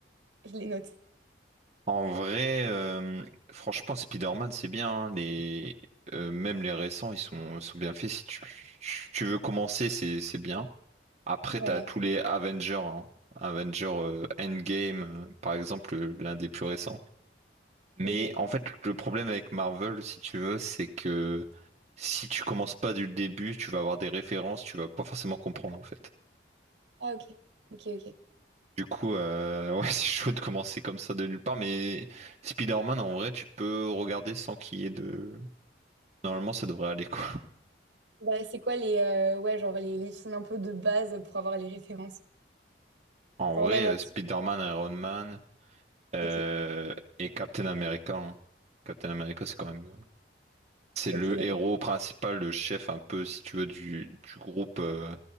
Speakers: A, on the right (about 80°); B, on the right (about 35°).
A: Je les note.
B: En vrai, euh, franchement, Spider-Man, c'est bien. hein, les, euh, même les récents, ils sont, sont bien faits. Si tu, tu veux commencer, c'est, c'est bien. Après,
A: Ouais.
B: t'as tous les Avengers. hein. Avengers euh, Endgame, euh, par exemple, euh, l'un des plus récents. Mais
A: Ok.
B: en fait, le problème avec Marvel, si tu veux, c'est que si tu commences pas du début, tu vas avoir des références, tu vas pas forcément comprendre en fait.
A: Ah, ok. Ok, ok.
B: Du coup, euh, <laughs> ouais, c'est chaud de commencer comme ça de nulle part, mais Spider-Man, en vrai, tu peux regarder sans qu'il y ait de... Normalement, ça devrait aller, quoi.
A: Bah, c'est quoi les, euh, ouais, genre les, les films un peu de base pour avoir les références?
B: En
A: Genre
B: vrai,
A: même
B: euh,
A: en...
B: Spider-Man, Iron Man euh,
A: Ok,
B: et Captain America. hein. Captain America, c'est quand même... euh, C'est
A: ok,
B: le
A: d'accord.
B: héros principal, le chef un peu, si tu veux, du, du groupe euh,